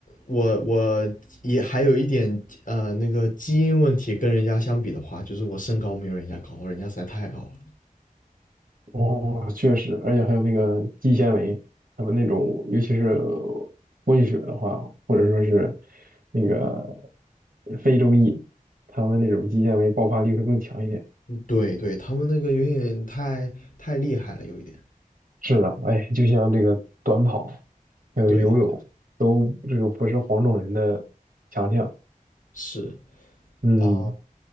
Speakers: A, on the left (about 65°); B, on the right (about 70°).
A: 我我也还有一点呃那个基因问题，跟人家相比的话，就是我身高没有人家高，人家实在太高了。
B: 哦，确实，而且还有那个肌纤维，他们那种，尤其是混血的话，或者说是那个非洲裔，他们那种肌纤维爆发力会更强一点。
A: 对对，他们那个有点太太厉害了，有一点。
B: 是的，哎，就像这个短跑，还有游泳，
A: 对的，
B: 都这个不是黄种人的强项。
A: 是。
B: 嗯，
A: 啊，